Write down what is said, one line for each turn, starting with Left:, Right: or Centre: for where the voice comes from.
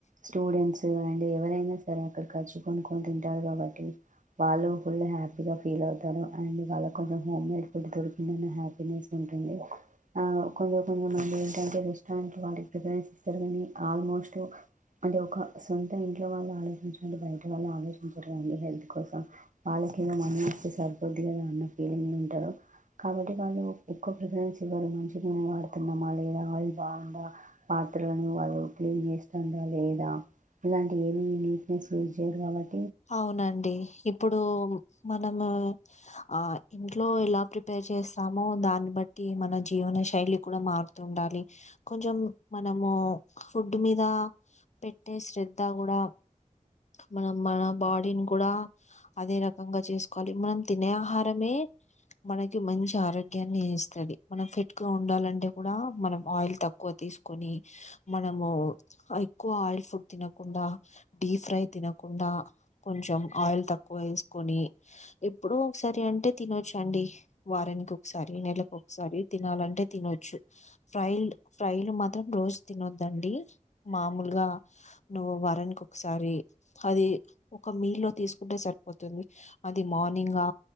Right: స్టూడెంట్స్ తు అండ్ ఎవరైనా సరే అక్కడ ఖర్చు కొనుక్కొని తింటారు. కాబట్టి వాళ్ళు ఫుల్ హ్యాపీగా ఫీల్ అవుతారు. అండ్ వాళ్ళ కొంచెం హోమ్ మేడ్ ఫుడ్ దొరికిందన్న హ్యాపీనెస్ ఉంటుంది. ఆ ఒకకోపానగా ఏంటంటే రెస్టారెంట్ వాళ్లకి ప్రిఫరెన్స్ కాని ఆల్మోస్ట్ అంటే ఒక సొంత ఇంట్లో వాళ్ళు ఆలోచించినట్టు బయట వాళ్ళు ఆలోచించరు అండి. హెల్త్ కోసం వాళ్ళకి ఏదో మన వస్తే సరిపోద్ది కదా అన్న ఫీలింగ్ ఉంటారు. కాబట్టి వాళ్ళు ఎక్కువ ప్రిఫరెన్స్ ఇవ్వరేమో అనేసినూనె వాడుతున్నామా లేదా ఆయిల్ బాగుందా త్రులను వాళ్ళు క్లీన్ చేస్తుందా లేదా ఇలాంటి ఏమీ నీట్నెస్ యూజ్ చేయరు కాబట్టి
Left: అవునండి ఇప్పుడు మనము ఆ ఇంట్లో ఎలా ప్రిపేర్ చేస్తామో, దాన్ని బట్టి మన జీవన శైలి కూడా మారుతూ ఉండాలి. కొంచెం మనము ఫుడ్ మీద పెట్టే, శ్రధ కూడా మనం మనం బాడీని కూడా అదే రకంగా చెస్ మళ్లీ మనం తినే ఆహారమే మనకి మంచి ఆరోగ్యాన్ని ఇస్తది. మనం ఫిట్ గా ఉండాలంటే కూడా మనం ఆయిల్ తక్కువ తీసుకొని మనము ఎక్కువ ఆయిల్ ఫుడ్ తినకుండా డీ ఫ్రై తినకుండా. కొంచెం ఆయిల్ తక్కువ వేసుకొని, ఎప్పుడో ఒకసారి అంటే తినొచ్చు అండి. వారానికి ఒకసారి నెలకు ఒకసారి తినాలంటే తినొచ్చు ఫ్రైల్డ్ ఫ్రైల్ మాత్రం రోజు తినొద్దండి. మాములుగా నువ్వు వారానికి ఒకసారి అది ఒక మీ లో తీసుకుంటే సరిపోతుంది. అది మార్నింగా